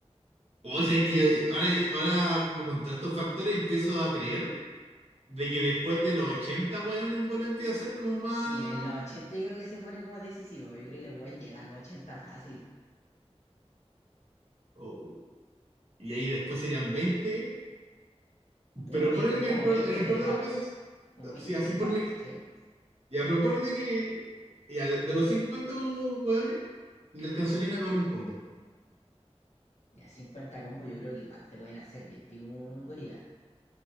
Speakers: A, on the right (about 65°); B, on the left (about 80°).
A: Hoy sabes que yo- ahora, ahora como con todos estos factores empiezo a creer de que después de los 80 weón, en bola empieza a ser como más...
B: Sí, en los ochenta yo creo que se pone como decisivo. Yo creo que el weón llega a los 80 fácil.
A: oh, y ahí después serían veinte,
B: Como,
A: Pero
B: vei-
A: ponele que
B: como
A: en el peor,
B: 20
A: en el
B: peleados.
A: peor de los casos,
B: Como
A: eh,
B: 20
A: sí, así
B: peleados,
A: ponele
B: ¿cachai?
A: que... Ya, pero ponele que... Ya, de, de los 50 weones, le alcanzarían a pagar un combo.
B: Ya 50 combos yo creo que igual te pueden hacer bien. pi- Un gorila.